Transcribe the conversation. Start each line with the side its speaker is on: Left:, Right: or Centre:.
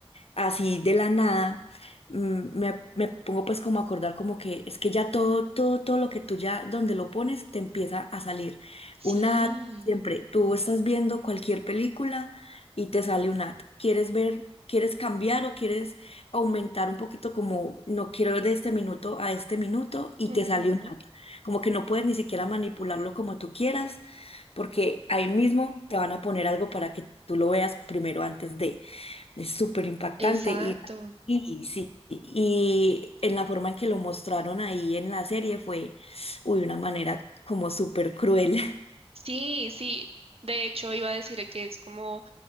Left: así de la nada, mm, me, me pongo pues como a acordar como que es que ya todo, todo, todo lo que tú ya donde lo pones te empieza a salir. Un
Right: Sí.
Left: ad, siempre, tú estás viendo cualquier película y te sale un ad. ¿Quieres ver, quieres cambiar o quieres aumentar un poquito como no quiero de este minuto a este minuto y te
Right: Ujú.
Left: sale un ad? Como que no puedes ni siquiera manipularlo como tú quieras, porque ahí mismo te van a poner algo para que tú lo veas primero antes de. Es súper impactante
Right: Exacto.
Left: y, y sí. Y en la forma en que lo mostraron ahí en la serie fue, uy, una manera como súper cruel. <laughs>
Right: Sí, sí. De hecho, iba a decir que es como